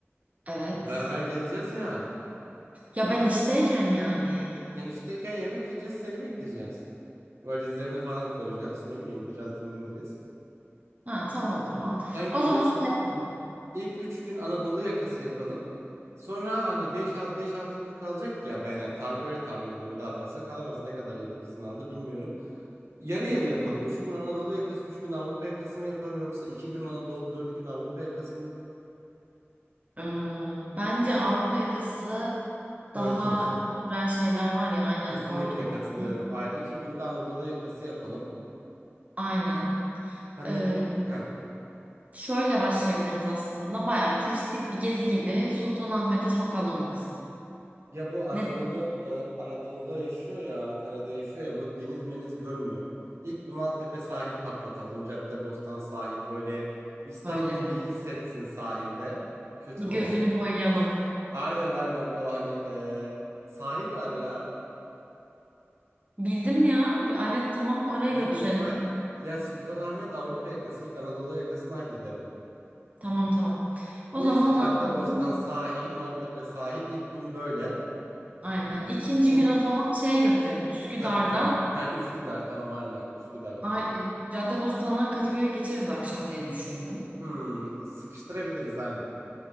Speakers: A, on the right (about 30°); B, on the right (about 80°).
A: Evet.
B: Beraber gezeceğiz ya.
A: Ya ben işteyken yani.
B: Sen işteyken yemek yiyeceğiz, seni bekleyeceğiz. Valizlerini falan koyacağız. Ne bileyim biraz dinleniriz.
A: Ha tamam o zaman.
B: Sen
A: O
B: gelirsin.
A: zaman şey yapalım.
B: İlk 3 gün Anadolu yakası yapalım. Sonra hani beş altı gün kalacak ya ben yani tahmin, öyle tahmin ediyorum daha fazla kalamaz. Ne kadar yıllık izin aldı bilmiyorum. Yarı yarı yapalım. üç gün Anadolu yakası 3 gün Avrupa yakası mı yapalım yoksa 2 gün Anadolu 4 gün Avrupa yakası mı?
A: Hmm, bence Avrupa yakası daha
B: 4 olsun.
A: kültürel şeyler var ya aynen
B: Kesinlikle
A: dört olsun.
B: katılıyorum. Ay 2 günde Anadolu yakası yapalım.
A: Aynen.
B: Hani
A: Ee,
B: heh.
A: şöyle başlayabiliriz aslında. Baya turistik bir gezi gibi Sultanahmet'e sokalım bu kızı.
B: Ya bu Anadolu
A: Ne
B: e, Anadolu'da yaşıyor ya Ankara'da yaşıyor ya bu deniz meniz görmüyor. İlk bir Maltepe sahil patlatalım. Caddebostan sahil böyle İstanbul'u
A: öyle mi?
B: bir hissetsin sahilde. Kötü
A: Bir
B: mü
A: gözünü
B: olur?
A: boyayalım.
B: Aynen aynen o hani e, sahil var ya.
A: Bildim ya. Bir- Evet tamam oraya
B: <laughs>
A: götürelim.
B: İlk ba- ya Sultanahmet Avrupa yakası ilk Anadolu yakasını halledelim.
A: Tamam tamam. O
B: Neyse
A: zaman
B: Caddebostan
A: ne yapıyoruz?
B: sahil Maltepe sahil ilk gün böyle.
A: Aynen. İkinci
B: İkinci
A: gün o zaman şeye götürelim. Üsküdar'dan
B: Kadıköy. Ha, Üsküdar tamam aynen Üsküdar yapalım.
A: Ay- e, Caddebostan'dan Kadıköy'e geçeriz akşam diye düşündüm.
B: Hmm, sıkıştırabiliriz aynen.